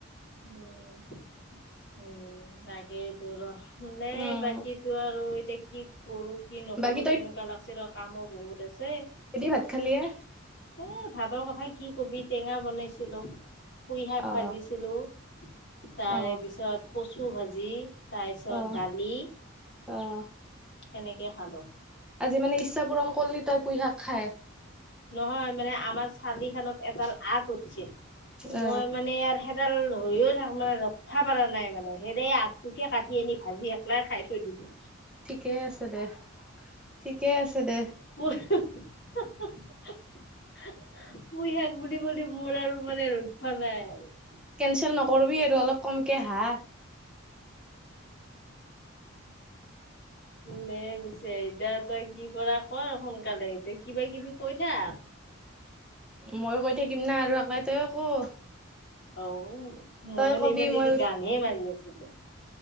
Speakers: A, on the left; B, in the centre.
A: উম উম তাকেইতো ৰ মানে
B: উম
A: বাকী তো আৰু এতিয়া কি কৰো কি নকৰো
B: বাকী
A: তেনেকুৱা লাগছে দিয়ক কামো বহুত আছে
B: কিহে দি ভাত খালি এ
A: এ ভাতৰ কথা কি কবি টেঙা বনাইছিলো কুই শাক
B: অ
A: ভাজিছিলো তাৰে
B: অ
A: পিছত কচু ভাজি তাৰপিছত
B: অ
A: দালি
B: অ
A: সেনেকে খালো
B: আজিানে ইচ্ছা পূৰণ কৰলি তই পুঁই শাক খাই
A: নহয় মানে আমাৰ চাৰিখনত এডাল আগ উঠছে মই
B: অ
A: মানে ইয়াৰ সেইডাল ধৰিও থাক মানে ৰখিবা পৰা নাই মানে সেইদ আগটোকে কাটি আনি ভাজি এেলাই খাই থৈ দিলো।
B: ঠিকে আছে দে ঠিকে আছে দে।
A: <unintelligible> পুইশাক বুলি ক'লে মোৰ আৰু মানে ৰক্ষা নাই আৰু।
B: কেনচেল নকৰিবি আৰু অলপ কমকে হা।
A: দে পি ছে এতিয়া তই কি কৰা কৰ সোনকালে কিবা কিবি কৈ থাক।
B: মইয়ো কৈ থাকিম না আৰু একলাই তইয়ো ক'।
A: ও মই
B: তই
A: মানে
B: কবি
A: ইমান দেৰি
B: মই
A: গানহে মাৰি আছিলো।